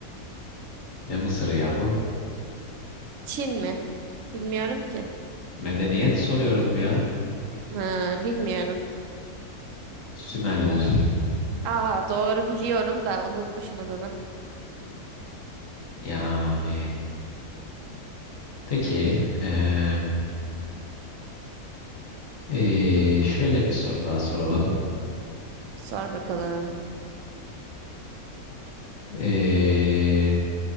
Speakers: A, on the left; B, on the right.
A: Ne Mısır yahu?
B: Çin mi? Bilmiyorum ki.
A: Medeniyet soruyorum ya.
B: Ha, bilmiyorum.
A: Sümerler.
B: Aa, doğru biliyorum da unutmuşum adını.
A: Yani. Peki. em, eee, şöyle bir soru daha soralım.
B: Sor bakalım.
A: Eee,